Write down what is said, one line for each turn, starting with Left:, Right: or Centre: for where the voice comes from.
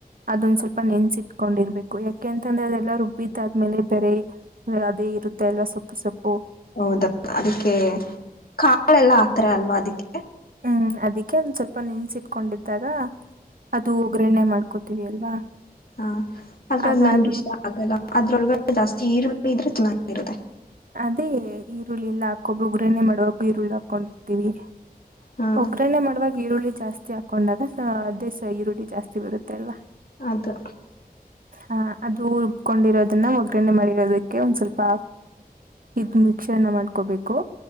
Right: ಅದೊಂದ್ ಸ್ವಲ್ಪ ನೆನ್ಸಿ ಕೊಂಡಿರ್ಬೇಕು ಯಾಕೆ ಅಂತಂದ್ರೆ ಅದೆಲ್ಲಾ ರುಬ್ಬಿದಾದ್ಮೇಲೆ ಬೇರೆ ಅದೇ ಇರುತ್ತೆ ಅಲ್ವಾ ಸೊ ಸೊ
Left: ಹೌದ ಅದಕ್ಕೆ ಕಾ ಳೆಲ್ಲ ಆಗ್ತರೆ ಅಲ್ವಾ ಅದಿಕ್ಕೆ
Right: ಹ್ಮ್ ಅದಿ ಕ್ಕೆ ಒಂದ್ ಸ್ವಲ್ಪ ನೆನ್ಸಿಟ್ಕೊಂಡಿದ್ದಾಗ ಅದು ಒಗ್ಗರಣ್ಣೆ ಮಾಡ್ ಹಕೋತೀವಿ ಅಲ್ವಾ
Left: ಹ ಆದದ್ರ
Right: ಅದಾದ್ಮ
Left: ಅದು್ ನನ್ಗ ಇಷ್ಟ ಆಗಲ್ಲ ಅದ್ರೊಗಡೆ ಜಾಸ್ತಿ ಇ ಇದ್ರೆ ಚೆನ್ನಾಗಿರುತ್ತದೆ
Right: ಅದೇ ಈ ಹುಳಿ ಇಲ್ಲ ಹಾಕೊಬ ಉಗ್ರನೇ ಮಾಡುವ ಈರುಳ್ಳಿ ಹಾಕೊಂಡಿರ್ತೀವಿ
Left: ಹಾ
Right: ಒಗ್ಗ್ರರಣೆ ಮಾಡುವಾಗ ಈರುಳ್ಳಿ ಜಾಸ್ತಿ ಹಾಕೊಂಡಾಗ ದೇಸ ಈರುಳ್ಳಿ ಜಾಸ್ತಿ ಬರುತ್ತೆಲ್ಲ
Left: ಅದು
Right: ಹ ಅದು ಉರುಬ್ಕೊಂಡಿರೋದನ್ನ ಒಗ್ಗರಣೆ ಮಾಡಿರೋದಕ್ಕೆ ಒಂದ್ ಸ್ವಲ್ಪ ಇದ್ ಮಿಶ್ರಣ ಮಾಡ್ಕೋಬೇಕು